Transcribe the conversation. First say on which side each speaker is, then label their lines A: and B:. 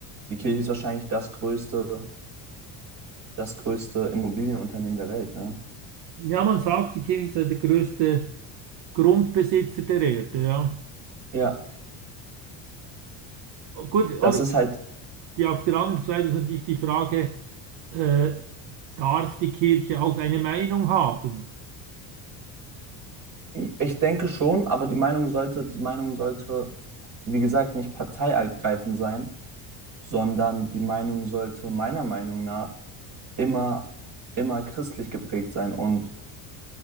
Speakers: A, on the right; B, on the right.
A: die Kirche ist wahrscheinlich das größte das größte Immobilienunternehmen der Welt, ne?
B: Ja, man sagt, die Kirche sei der größte Grundbesitzer der Erde, ja.
A: Ja,
B: Gut, oder
A: das ist halt,
B: die, auf der anderen Seite ist natürlich die Frage, äh, darf die Kirche auch eine Meinung haben?
A: ich denke schon, aber die Meinung sollte, die Meinung sollte, wie gesagt, nicht parteiergreifend sein, sondern die Meinung sollte meiner Meinung nach immer, immer christlich geprägt sein und